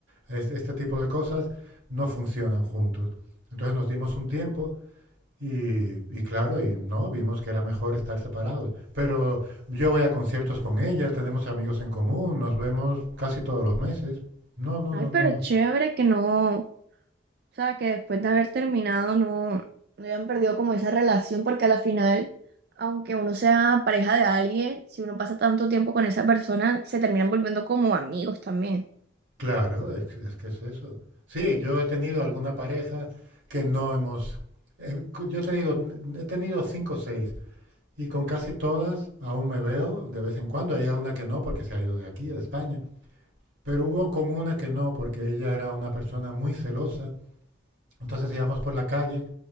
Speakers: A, on the right; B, on the right.
A: es- este tipo de cosas no funcionan juntos. Entonces nos dimos un tiempo y, y claro, y no, vimos que era mejor estar separados. Pero yo voy a conciertos con ella, tenemos amigos en común, nos vemos casi todos los meses. No, no,
B: Ay,
A: no, no.
B: pero chévere que no. O sea, que después de haber terminado no, no hayan perdido como esa relación, porque a la final, aunque uno sea pareja de alguien, si uno pasa tanto tiempo con esa persona, se terminan volviendo como amigos también.
A: Claro, es, que es que es eso. Sí, yo he tenido alguna pareja que no hemos... eh, cu- yo te digo, n- he tenido cinco o seis y con casi todas aún me veo de vez en cuando. Hay alguna que no porque se ha ido de aquí, de España. Pero hubo con una que no porque ella era una persona muy celosa. Entonces íbamos por la calle